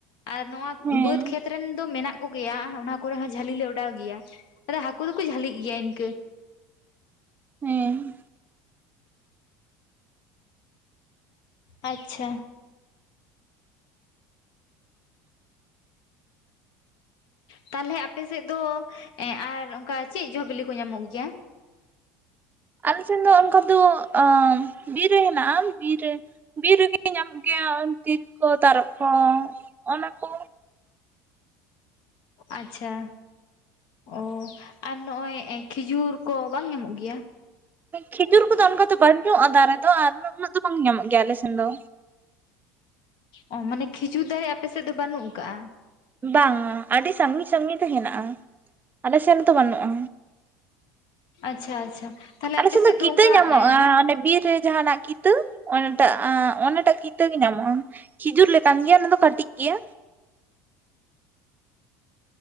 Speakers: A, on the left (about 60°); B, on the right (about 20°).
A: ᱟᱨ ᱱᱚᱣᱟ
B: ᱦᱮᱸ
A: ᱵᱟᱹᱫᱽ ᱠᱷᱮᱛ ᱨᱮᱱ ᱫᱚ ᱢᱮᱱᱟᱜ ᱠᱚᱜᱮᱭᱟ ᱚᱱᱟ ᱠᱚᱨᱮ ᱦᱚᱸ ᱡᱷᱟᱹᱞᱤ ᱞᱮ ᱚᱰᱟᱣ ᱜᱮᱭᱟ <unintelligible> ᱦᱟᱹᱠᱩ ᱫᱚᱠᱚ ᱡᱷᱟᱹᱞᱤᱜ ᱜᱮᱭᱟ ᱤᱱᱠᱣᱹ
B: ᱦᱮᱸ
A: ᱟᱪᱪᱷᱟ ᱛᱟᱦᱚᱞᱮ ᱟᱯᱮᱥᱮᱫ ᱫᱚ ᱮ ᱟᱨ ᱚᱱᱠᱟ ᱪᱮᱫ ᱡᱚ ᱵᱤᱞᱤ ᱠᱚ ᱧᱟᱢᱚᱜ ᱜᱮᱭᱟ
B: ᱟᱞᱮ ᱥᱮᱱ ᱫᱚ ᱚᱱᱠᱟ ᱫᱚ ᱟᱟ ᱵᱤᱨ ᱨᱮ ᱦᱮᱱᱟᱜᱼᱟ ᱵᱤᱨ ᱨᱮ ᱵᱤᱨ ᱨᱮᱜᱮ ᱧᱟᱢᱚᱜ ᱜᱮᱭᱟ ᱛᱤᱞ ᱠᱚ ᱛᱟᱨᱚᱵ ᱠᱚ ᱚᱱᱟ ᱠᱚ
A: ᱟᱪᱪᱷᱟ ᱚ ᱟᱨ ᱱᱚᱜᱼᱚᱭ ᱠᱷᱤᱡᱩᱨ ᱠᱚ ᱵᱟᱝ ᱧᱟᱢᱚᱜ ᱜᱮᱭᱟ
B: ᱠᱷᱤᱡᱩᱨ ᱠᱚᱫᱚ ᱚᱱᱠᱟ ᱫᱚ ᱵᱟᱹᱱᱩᱜᱼᱟ ᱫᱟᱨᱮ ᱫᱚ ᱟᱨ ᱩᱱᱟᱹᱜ ᱫᱚ ᱵᱟᱝ ᱧᱟᱢᱚᱜ ᱜᱮᱭᱟ ᱟᱞᱮ ᱥᱮᱱ ᱫᱚ
A: ᱚ ᱢᱟᱱᱮ ᱠᱷᱤᱡᱩᱨ ᱫᱟᱨᱮ ᱟᱯᱮ ᱥᱮᱫ ᱫᱚ ᱵᱟᱹᱱᱩᱜ ᱟᱠᱟᱜᱼᱟ
B: ᱵᱟᱝᱟ ᱟᱹᱰᱤ ᱥᱟᱺᱜᱤᱧ ᱥᱟᱺᱜᱤᱧ ᱛᱮ ᱦᱮᱱᱟᱜᱼᱟ ᱟᱞᱮᱥᱮᱱ ᱛᱚ ᱵᱟᱹᱱᱩᱜᱼᱟ
A: ᱟᱪᱪᱷᱟ ᱟᱪᱪᱷᱟ ᱛᱟᱦᱞᱮ
B: ᱟᱞᱮ
A: ᱟᱯᱮ
B: ᱥᱮᱱ
A: ᱥᱮᱫ
B: ᱫᱚ ᱠᱤᱛᱟᱹ
A: ᱚᱱᱠᱟ
B: ᱧᱟᱢᱚᱜᱼᱟ
A: ᱵᱤᱨ
B: ᱚᱱᱮ ᱵᱤᱨ ᱨᱮ ᱡᱟᱦᱟᱱᱟᱜ ᱠᱤ ᱠᱤᱛᱟᱹ ᱚᱱᱴᱟᱜ ᱟᱸ ᱚᱱᱴᱟᱜ ᱠᱤᱛᱟᱹ ᱜᱮ ᱧᱟᱢᱚᱜᱼᱟ᱾ ᱠᱷᱤᱡᱩᱨ ᱞᱮᱠᱟᱱ ᱜᱮᱭᱟ ᱚᱱᱟ ᱫᱚ ᱠᱟᱹᱴᱤᱡ ᱜᱮᱭᱟ᱾